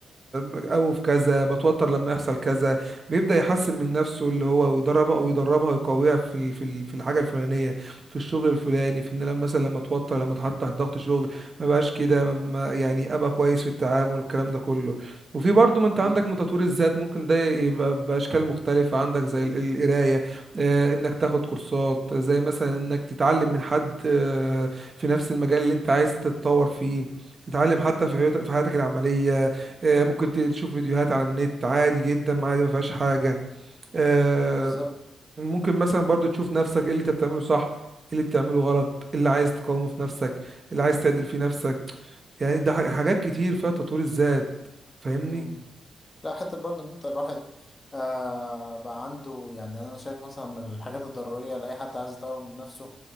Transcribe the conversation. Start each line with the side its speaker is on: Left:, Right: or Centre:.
Right: او في كذا بتوتر لما يحصل كذا بيبدأ يحسن من نفسه اللي هو ويدربها ويدربها ويقويها في ال- في ال- في الحاجة الفلانية في الشغل الفلاني في ان لما مثلا لما اتوتر لما اتحط تحت ضغط شغل ما بقاش كده ما ما- يعني ابقى كويس في التعامل والكلام ده كله وفي برضو ما انت
Left: مم.
Right: عندك من تطوير الذات ممكن ده يبقى باشكال مختلفة عندك زي ال- القراية آه، انك تاخد كورسات زي مثلا انك تتعلم من حد آه، في نفس المجال اللي انت عايز تتطور فيه تتعلم حتى في حيوت- في حياتك العملية آه، ممكن ت- تشوف فيديوهات على النت عادي جدا عادي ما فيهاش حاجة آه،
Left: بالظبط
Right: ممكن مثلا برضو تشوف نفسك ايه اللي انت بتعمله صح ايه اللي بتعمله غلط ايه اللي عايز تقاومه في نفسك ايه اللي عايز تعدل في نفسك يعني ده ح- حاجات كتير فيها تطوير الذات فاهمني
Left: مم. لا حتى برضه ان انت الواحد آه بقى عنده يعني انا شايف مثلا من الحاجات الضرورية لأي حد عايز يطور من نفسه